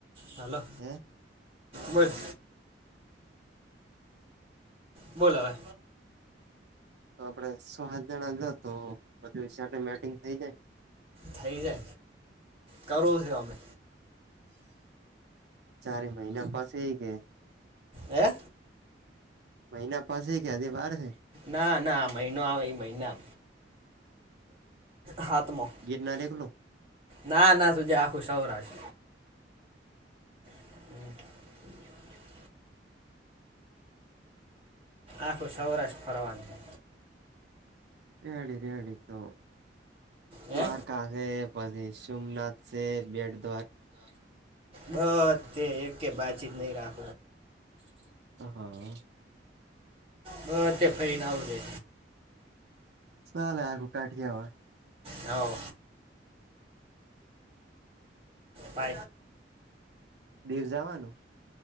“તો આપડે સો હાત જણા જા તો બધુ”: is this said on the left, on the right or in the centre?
Right